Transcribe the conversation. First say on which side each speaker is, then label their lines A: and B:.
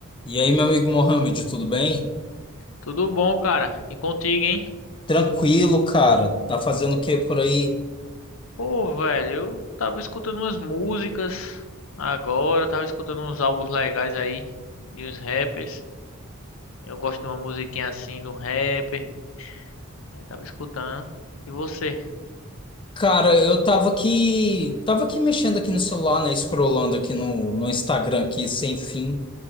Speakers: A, on the left; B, on the left.
A: E aí, meu amigo Mohamed, tudo bem?
B: Tudo bom, cara? E contigo, hein?
A: Tranquilo, cara. Tá fazendo o que por aí?
B: Pô, velho, eu tava escutando umas músicas agora, tava escutando uns álbuns legais aí de uns rappers. Eu gosto de uma musiquinha assim, do rapper. Aí tava escutando. E você?
A: Cara, eu tava aqui, tava aqui mexendo aqui no celular, né? Scrollando aqui no, no Instagram aqui, sem fim.